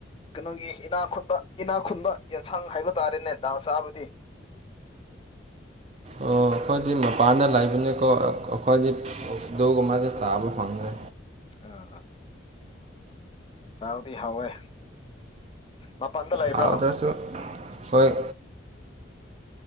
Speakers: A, on the left; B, on the right.
A: ꯀꯩꯅꯣꯒꯤ ꯏꯅꯥ ꯈꯨꯨꯟꯕ ꯏꯅꯥ ꯈꯨꯟꯕ ꯌꯦꯟꯁꯥꯡ ꯍꯥꯏꯕ ꯇꯥꯔꯦꯅꯦ ꯗꯥꯜ ꯆꯥꯕꯗꯤ
B: ꯑꯣ ꯑꯩꯈꯣꯏꯗꯤ ꯃꯄꯥꯟꯗ ꯂꯩꯕꯅꯤꯀꯣ ꯑꯩꯈꯣꯏꯗꯤ ꯑꯗꯨꯒꯨꯝꯕꯗꯣ ꯆꯥꯕ ꯐꯪꯗ꯭ꯔꯦ
A: ꯑ ꯑꯥ ꯍꯥꯎꯗꯤ ꯍꯥꯎꯋꯦ ꯃꯄꯥꯟꯗ ꯂꯩꯕ꯭ꯔꯣ
B: ꯍꯥꯎꯗꯔꯁꯨ ꯍꯣꯏ